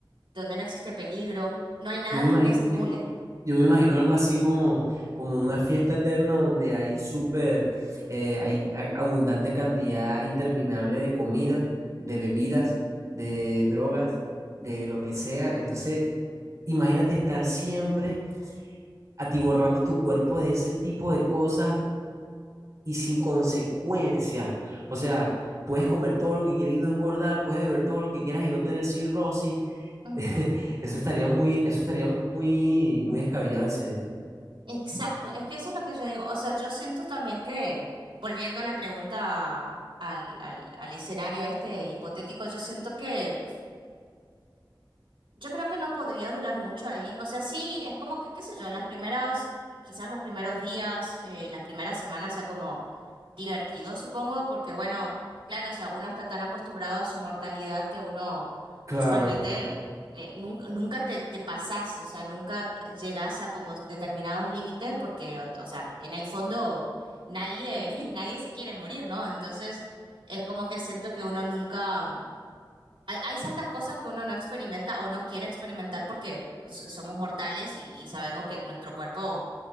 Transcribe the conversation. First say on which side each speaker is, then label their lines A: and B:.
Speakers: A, on the right; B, on the right.
A: donde no existe peligro, no hay nada
B: Yo me
A: que
B: imagino,
A: te estimule.
B: yo, yo me imagino algo así como, como una fiesta eterna donde hay súper, eh, hay a- abundante cantidad interminable de comida, de bebidas, de drogas, de lo que sea. Entonces, imagínate estar siempre atiborrando tu cuerpo de ese tipo de cosas y sin consecuencias. O sea, puedes comer todo lo que quieras y no engordar, puedes beber todo lo que quieras y no tener cirrosis.
A: Ujú.
B: <laughs> Eso estaría muy, eso estaría muy, muy descabellado en serio.
A: Exacto, es que eso es lo que yo digo. O sea, yo siento también que, volviendo a la pregunta al, al, al escenario este hipotético, yo siento que Yo creo que no podría durar mucho ahí. O sea, sí, es como que, qué sé yo, las primeras, quizás los primeros días, eh, las primeras semanas sea como divertido, supongo, porque bueno, claro, o sea, uno está tan acostumbrado a su mortalidad que uno
B: Claro,
A: usualmente eh, nun- nunca te, te pasás, o sea, nunca llegás a como determinados límites porque, o, o sea, en el fondo nadie, <laughs> nadie se quiere morir, ¿no? Entonces, es como que siento que uno nunca... Hay, hay ciertas cosas que uno no experimenta o no quiere experimentar porque s- somos mortales y, y sabemos que nuestro cuerpo